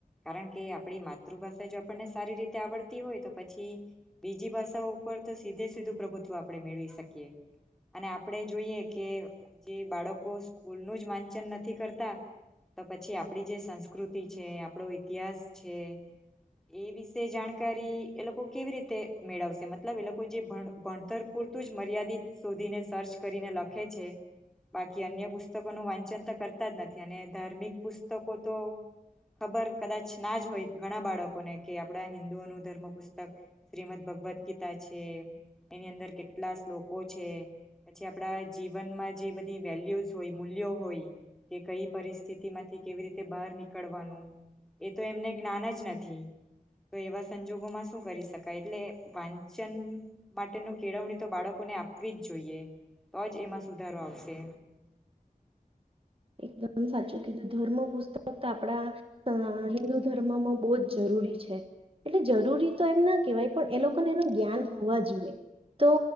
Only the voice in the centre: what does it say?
કારણ કે આપડી માતૃભાષા જો આપણને સારી રીતે આવડતી હોય તો પછી બીજી ભાષાઓ ઉપર તો સીધે સીધું પ્રભુત્વ આપણે મેળવી શકીએ. અને આપણે જોઈએ કે જે બાળકો સ્કૂલનું જ વાંચન નથી કરતાં તો પછી આપણી જે સંસ્કૃતિ છે આપણો ઈતિહાસ છે એ વિશે જાણકારી એ લોકો કેવી રીતે મેળવશે મતલબ એ લોકો જે ભણ ભણતર પૂરતું જ મર્યાદિત શોધીને સર્ચ કરીને લખે છે બાકી અન્ય પુસ્તકોનું વાંચન તો કરતાં જ નથી અને ધાર્મિક પુસ્તકો તો ખબર કદાચ ના જ હોય ઘણાં બાળકોને કે આપણા હિન્દુઓનું ધર્મ પુસ્તક શ્રીમદ ભગવદ ગીતા છે એની અંદર કેટલા શ્લોક કો છે પછી આપણા જીવનમાં જે બધી વેલ્યુઝ હોય, મૂલ્યો હોય કે કઈ પરિસ્થિતિમાંથી કેવી રીતે બહાર નીકળવાનું? એ તો એમને જ્ઞાન જ નથી તો એવા સંજોગોમાં શું કરી શકાય એટલે વાંચન માટેનું કેળવણી તો બાળ કોને આપવી જ જોઈએ તો જ એમાં સુધારો આવશે.